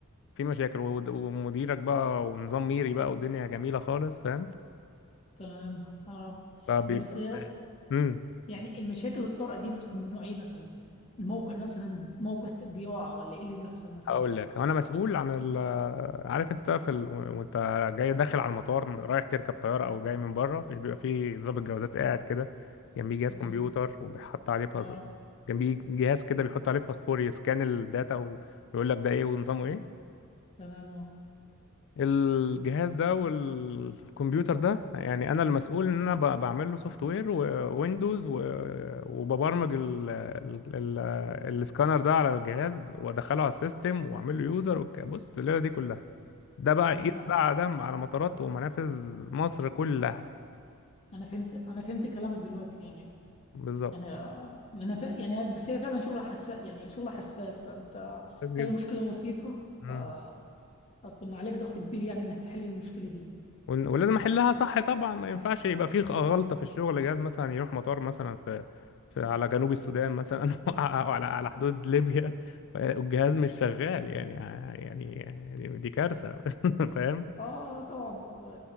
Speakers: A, on the left; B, on the left.
A: في مشاكل و- ومديرك بقى ونظام ميري بقى والدنيا جميلة خالص فاهم
B: تمام اه
A: فبيبقى
B: بس آه،
A: امم
B: يعني المشاكل الطارئة دي بتكون من نوع ايه مثلا الموقع مثلا موقع بيقع ولا ايه اللي بيحصل مثلا
A: هقول لك انا مسؤول عن ال عارف انت في ال... وانت جاي داخل على المطار رايح تركب طيارة او جاي من بره مش بيبقى فيه ضابط جوازات قاعد كده جنبيه جهاز
B: مظبوط
A: كمبيوتر وبيحط عليه باسبور
B: اه
A: جنبيه جهاز كده بيحط عليه باسبور يسكان الداتا ويقول لك ده ايه ونظامه ايه
B: تمام اه
A: الجهاز ده والكمبيوتر ده يعني انا المسؤول ان انا ب- بعمل له سوفت وير وويندوز وببرمج ال- ال- ال- السكانر ده على الجهاز وادخله على السيستم واعمل له يوزر بص الليله دي كلها ده بقى
B: تمام
A: قيس
B: آه.
A: بقى ده على مطارات ومنافذ مصر كلها
B: انا فهمت انا فهمت كلامك دلوقتي يعني
A: بالظبط
B: يعني لأن فا... يعني بس هي فعلا شغلة حساس يعني شغلة حساس فأنت
A: بس جدا
B: أي مشكلة بسيطة
A: مم.
B: فهتكون عليك ضغط كبير يعني إنك تحل المشكلة دي
A: ول- ولازم احلها صح طبعا ما ينفعش يبقى في غلطه في الشغل جهاز مثلا يروح مطار مثلا في, في على جنوب السودان مثلا <laughs> او على على حدود ليبيا والجهاز مش شغال يعني يعني يعني دي كارثه <laughs> فاهم
B: آه آه، طبعا و...